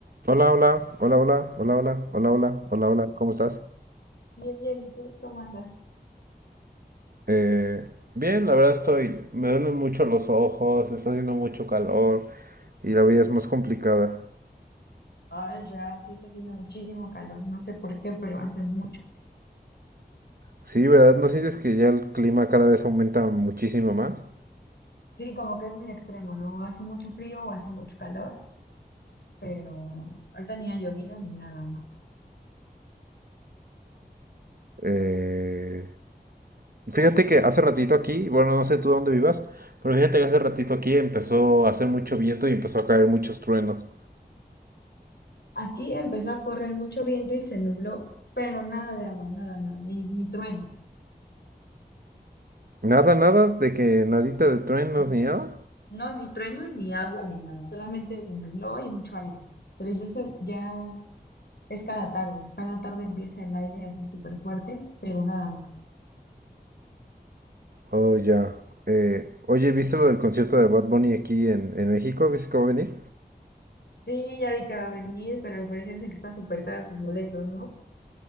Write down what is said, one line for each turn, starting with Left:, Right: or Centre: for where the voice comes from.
Right: Hola, hola, hola, hola, hola, hola, hola, hola, hola, hola, ¿cómo estás?
Left: Bien, bien, ¿y tú cómo andas?
Right: Eh, bien, la verdad estoy, me duelen mucho los ojos, está haciendo mucho calor y la vida es más complicada.
Left: Ay, real, sí está haciendo muchísimo calor, no sé por qué, pero hace mucho.
Right: Sí, ¿verdad? ¿No sientes que ya el clima cada vez aumenta muchísimo más?
Left: Sí, como que es muy extremo, ¿no? O hace mucho frío o hace mucho calor, pero ahorita ni ha llovido ni nada, ¿no?
Right: Eh, fíjate que hace ratito aquí, bueno, no sé tú dónde vivas, pero fíjate que hace ratito aquí empezó a hacer mucho viento y empezó a caer muchos truenos.
Left: Aquí empezó a correr mucho viento y se nubló, pero nada de agua, nada, nada, ni, ni truenos.
Right: Nada, nada, de que nadita de truenos ni nada.
Left: No, ni truenos, ni agua, ni nada, solamente se nubló y mucho aire. Pero ya, se- ya es cada tarde, cada tarde empieza el aire así súper fuerte, pero nada más.
Right: Oh, ya. Eh, oye, ¿viste lo del concierto de Bad Bunny aquí en, en México? ¿Viste cómo va a venir?
Left: Sí, ya vi que va a venir, pero al parecer sé que están súper caros tus boletos, ¿no?